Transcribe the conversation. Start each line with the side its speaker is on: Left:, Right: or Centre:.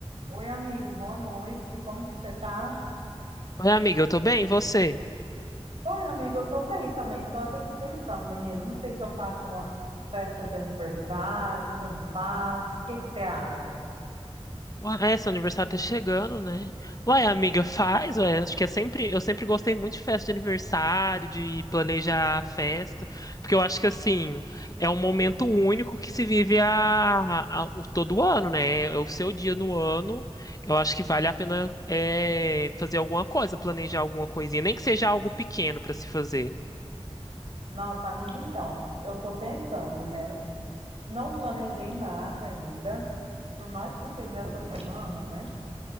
Right: Oi, amigo, boa noite. Como que você tá?
Left: Ué, amiga, eu tô bem, e você?
Right: Oi, amigo, eu tô bem também. Tava aqui pensando, menino, não sei se eu faço uma festa de aniversário, se eu não faço. O que que você acha?
Left: Ué, é, seu aniversário tá chegando, né? Ué, amiga, faz, ué, acho que é sempre, eu sempre gostei muito de festa de aniversário, de planejar a festa, porque eu acho que, assim, é um momento único que se vive a, a- o- todo ano, né? É o seu dia no ano, eu acho que vale a pena é, fazer alguma coisa, planejar alguma coisinha, nem que seja algo pequeno pra se fazer.
Right: Nossa, amiga, então, eu tô pensando, né? Não planejei nada ainda. Por mais que seja essa semana, né?